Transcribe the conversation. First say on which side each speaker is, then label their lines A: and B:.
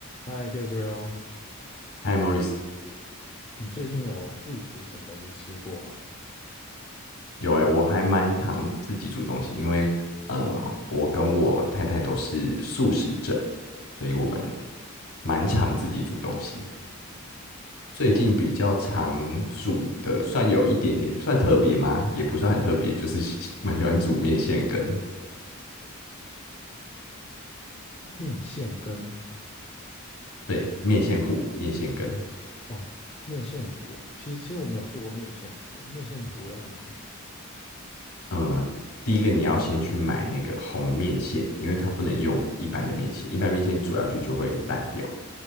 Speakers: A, on the left; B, on the left.
A: 嗨，Gabriel，
B: 嗨，Morris，
A: 你最近有自己煮什么东西吃过吗？
B: 有哎、我还蛮常自己煮东西，因为呃，我跟我太太都是素食者，所以我们蛮常自己煮东西。最近比较常煮的，
A: 哇，
B: 算有一点点，算特别吗？也不算很特别，就是 <laughs> 蛮喜欢煮面线羹。
A: 面线跟
B: 对，面线糊、面线羹。
A: 哦，面线糊哦，其实其实我没有做过面线糊，面线糊要怎么煮啊？
B: 嗯，第一个你要先去买那个红面线，因为它不能用一般的面线，一般面线煮下去就会烂掉，